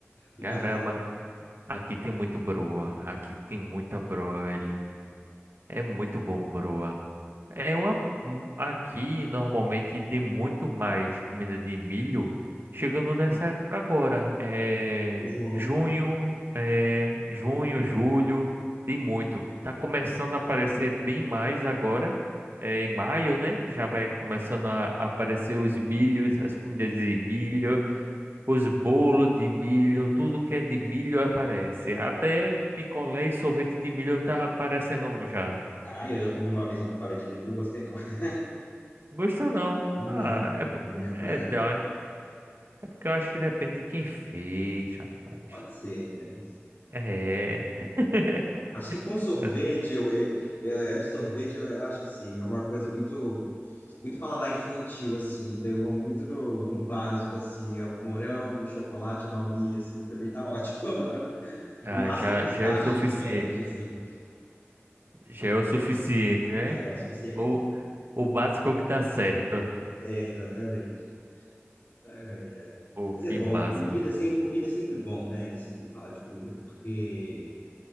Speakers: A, on the left; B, on the right.
A: Um
B: caramba,
A: cafezinho
B: aqui tem muito broa, aqui tem muita broa, velho. É muito bom, broa. É uma, um- aqui normalmente tem muito mais comida de milho chegando nessa época agora. É
A: com João,
B: junho,
A: né?
B: é junho, julho, tem muito. Tá começando a aparecer bem mais agora. É em maio, né? Já vai começando a aparecer os milhos, as comidas de milho. Os bolos de milho, tudo que é de milho aparece. Até picolé e sorvete de milho tá aparecendo já.
A: Ah, eu já comi uma vez um picolé de milho e não gostei, não. <laughs>
B: Gostou não?
A: Não,
B: Ah, é porque
A: na minha
B: é,
A: praia
B: da-
A: não.
B: é porque eu acho que depende de quem fez, rapaz.
A: Pode ser, mas.
B: É. <laughs>
A: Acho que com sorvete, eu, eu, eu- eu- sorvete eu, eu acho assim, é uma coisa muito, muito paladar infantil, assim. Então eu vou muito no, no básico, assim, é o morango, o chocolate, a baunilha, assim, pra mim tá ótimo. <laughs>
B: Ah,
A: No máximo
B: já,
A: um pistache
B: já é o suficiente.
A: diferente, assim,
B: Já é o suficiente, né?
A: já é o suficiente.
B: O, o básico que tá certo.
A: É, exatamente. Ai, ai.
B: Pô,
A: Mas
B: que
A: é bom,
B: massa.
A: comida, é sem, comida é sempre bom, né? Assim, falar de comida, porque,